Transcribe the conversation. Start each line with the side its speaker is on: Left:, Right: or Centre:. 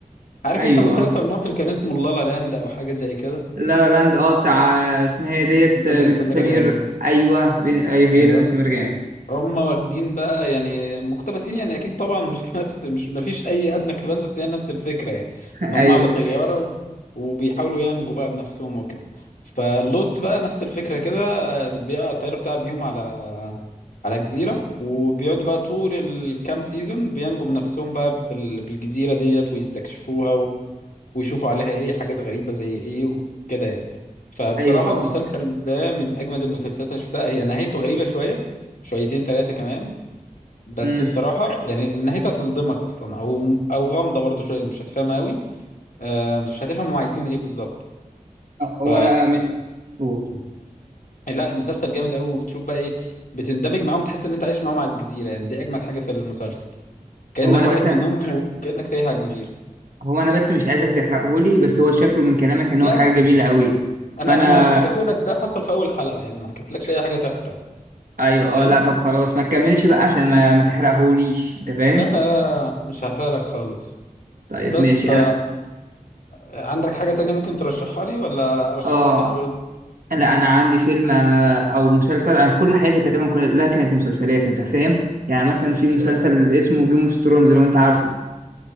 Left: عارف
Right: ايوه
Left: أنت مسلسل
Right: اه
Left: مصر كان اسمه لالا لاند أو حاجة زي كده
Right: لا لا لاند اه بتاع اسمها ايه ديت
Left: الدنيا
Right: بنت
Left: سمير
Right: سمير
Left: غانم
Right: ايوه بن... ايوه هي
Left: أيوه
Right: دنيا سمير غانم
Left: هم واخدين بقى يعني مقتبسين يعني اكيد طبعا مش <laughs> نفس مش مفيش اي ادنى اقتباس بس هي نفس الفكره يعني
Right: <laughs>
Left: ان هم
Right: ايوه
Left: على طياره و- وبيحاولوا ينجوا بقى بنفسهم وكده فلوست بقى نفس الفكره كده آه، بيقع الطياره بتاع بيهم على على جزيره وبيقعدوا بقى طول الكام سيزون بينجوا بنفسهم بقى بال- بالجزيره ديت ويستكشفوها ويشوفوا عليها ايه حاجات غريبة زي ايه وكده يعني فبصراحة
Right: ايوه اه
Left: المسلسل ده من اجمد المسلسلات اللي شفتها هي نهايته غريبة شوية شويتين ثلاثة كمان بس
Right: امم
Left: بصراحة يعني نهايتها تصدمك اصلا او او غامضة برضو شوية مش هتفهمها قوي آه مش هتفهم هم عايزين ايه بالظبط
Right: هو
Left: ف
Right: انا آه، م... هو
Left: لا المسلسل جامد قوي وبتشوف بقى ايه بتندمج معاهم تحس ان انت عايش معاهم على الجزيرة يعني دي اجمد حاجة في المسلسل كأنك
Right: هو انا
Left: واحد
Right: بس
Left: منهم وكأنك تايه على الجزيرة
Right: هو انا بس مش عايزك تحرقه لي بس هو شكله من كلامك ان
Left: لا
Right: هو حاجه
Left: لا
Right: جميله قوي
Left: انا
Right: فانا
Left: انا اللي حكيته لك ده حصل في اول حلقة يعني ما حكيتلكش اي حاجة تحرق
Right: ايوه اه
Left: فاهم
Right: لا طب خلاص ما تكملش بقى عشان ما ما تحرقهوليش انت فاهم
Left: لا لا لا مش هحرق لك خالص
Right: طيب
Left: بس
Right: ماشي
Left: ف
Right: انا
Left: عندك حاجة تانية ممكن ترشحها لي ولا أرشح
Right: اه
Left: لك أنا برضه
Right: لا انا عندي فيلم انا او مسلسل انا كل حياتي تقريبا كلها كانت مسلسلات انت فاهم يعني مثلا في مسلسل
Left: تمام
Right: اسمه جيم اوف ثرونز لو انت عارفه